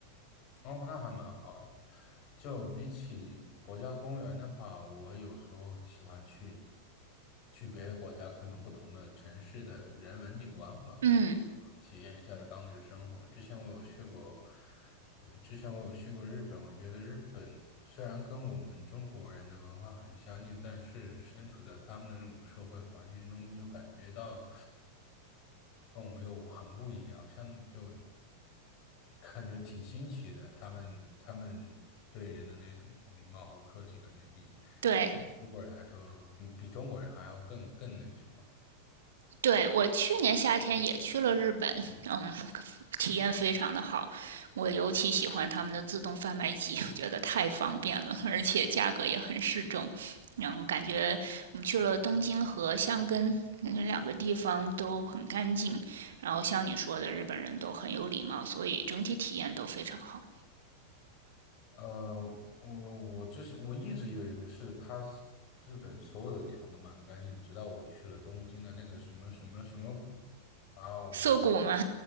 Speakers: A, on the left; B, on the right.
A: 哦，那还蛮好的。就比起国家公园的话，我有时候喜欢去去别的国家看看不同的城市的人文景观吧。
B: 嗯，
A: 体验一下当地的生活。之前我有去过，呃之前我有去过日本，我觉得日本虽然跟我们中国人的文化很相近，但是身处在他们的那种社会环境中，又感觉到跟我们又很不一样，像就感觉挺新奇的。他们他们对人的那种礼貌和客气，感觉比
B: 对，
A: 中国人来说，比比中国人还要更更那什么。
B: 对，我去年夏天也去了日本，嗯，体验非常的好。我尤其喜欢他们的自动贩卖机，我觉得太方便了，而且价格也很适中。嗯，感觉我们去了东京和箱根，那两个地方都很干净。然后像你说的，日本人都很有礼貌，所以整体体验都非常好。
A: 呃，我我之前我一直以为是它是日本所有的地方都蛮干净的，直到我去了东京的那个什么什么什么谷，然后我觉得
B: 涩谷嘛，